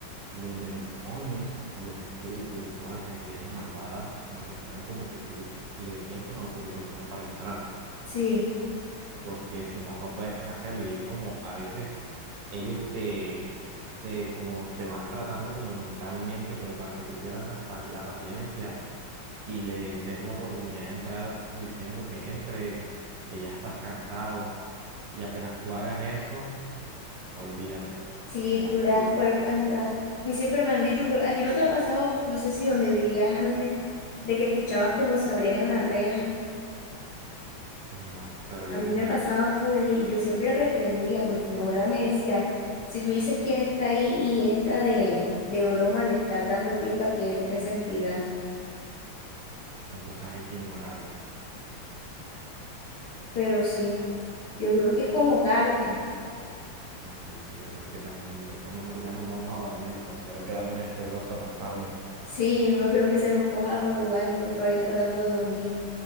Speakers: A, on the right (about 70°); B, on the left (about 65°).
A: los demonios, los espíritus y todas las entidades malvadas necesitan como que tú les des una autorización para entrar,
B: Sí,
A: porque si no, no pueden hacerlo. Y es como a veces ellos te, te, como te van tratando como mentalmente, como para que tú pierdas la, pa- la paciencia y le des la oportunidad de entrar diciendo que entre, que ya estás cansado. Y apenas tú hagas eso, olvídate,
B: sí,
A: ya
B: tú
A: perdiste.
B: le das cuerpo a entrar. Y Siempre me han dicho, a ti no te ha pasado, no sé si donde vivías antes, de que escuchabas como se abrieran las rejas.
A: No, pero yo
B: A mí
A: tenía
B: me pasaba
A: fuerza,
B: full y yo siempre reprendía porque mi abuela me decía, si tú dices quién está ahí y entra de, de broma, le estás dando pie para que entre esa entidad.
A: entonces hay que ignorarlo.
B: Pero sí, yo creo que es como tarde.
A: No, sí, yo creo que también, yo creo que mejor ya nos vamos a dormir, pero quiero quedarme despierto hasta tan tarde.
B: Sí, no creo que se nos coja la madrugada y nosotros ahí tratando de dormir.